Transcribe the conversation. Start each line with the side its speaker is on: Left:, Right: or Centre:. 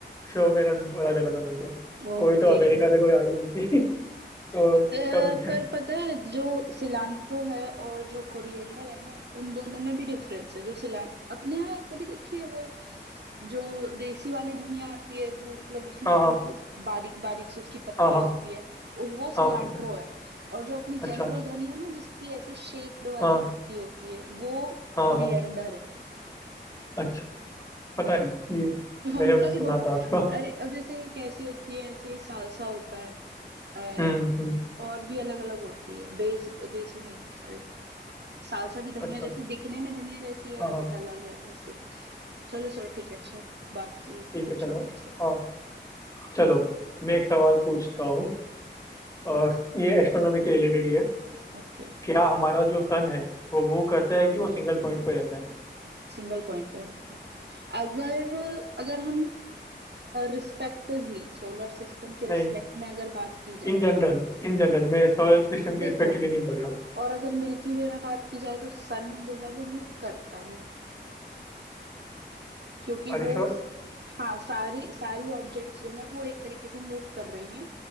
Left: शो में ना बोला चला था मेरे को
Right: ओके
Left: कोई तो अमेरिका से कोई आई हुई थी <laughs> तो
Right: अ,
Left: सब
Right: पर पता है जो सिलांट्रो है और जो कोरिएंडर है ना उन दोनों में भी डिफरेंस है जो सिलान अपने यहाँ कभी देखिए वो जो देसी वाली धनिया आती है जो मतलब उसमें
Left: हाँ हाँ
Right: बिल्कुल बारीक बारीक से उसकी पत्तियां
Left: हाँ हाँ
Right: होती है उस- वो
Left: हाँ
Right: सिलांट्रो
Left: पता है
Right: है और जो अपनी
Left: अच्छा
Right: जनरल धनिया है ना जिसकी ऐसे शेप्ड वाली
Left: हाँ
Right: पत्ती होती है वो
Left: हाँ
Right: कोरिएंडर
Left: हाँ
Right: है
Left: अच्छा पता नहीं ये
Right: <laughs>
Left: मैंने
Right: उनका
Left: उन्हें
Right: भी
Left: सुना
Right: दो
Left: था उसको
Right: अरे अब जैसे कैसी होती है ऐसे ही सालसा होता है अ,
Left: हम्म हम्म
Right: और भी अलग अलग होती है बेस बेसिल नहीं सालसा भी धनिया
Left: अच्छा
Right: जैसी दिखने में धनिया जैसी है
Left: हाँ हाँ
Right: बट अलग है ऐसे चलो चलो ठीक है अच्छा बाकी
Left: ठीक
Right: पूछो
Left: है चलो
Right: अब मेरे से
Left: हाँ चलो मैं एक सवाल पूछता हूँ अ, ये एस्ट्रोनॉमी के रिलेटेड ही है
Right: ओके
Left: क्या हमारा जो सन है वो मूव करता है कि वो सिंगल पॉइंट पे रहता है
Right: सिंगल पॉइंट पे आता है अगर अगर हम रिस्पेक्टिवली सोलर सिस्टम के
Left: नहीं
Right: रिस्पेक्ट में अगर बात की जाए
Left: इन जनरल इन जनरल मैं सोलर सिस्टम के
Right: देखो
Left: रिस्पेक्टिवली नहीं बोल रहा हूँ
Right: और अगर मिल्की वे में बात की जाए तो सन जो है वो मूव करता है क्योंकि
Left: अरे
Right: वो
Left: श्योर
Right: हाँ सारी सारी ऑब्जेक्ट्स जो है वो एक तरीके से मूव कर रही हैं